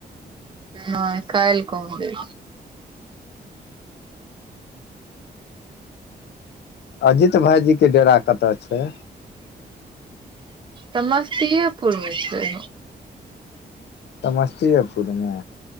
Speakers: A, on the right (about 30°); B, on the left (about 85°).
A: नै काइल्ह कहबै।
B: अजीत भायजी के डेरा कतऽ छै?
A: समस्तीयेपुर मे छै।
B: समस्तीयेपुर मे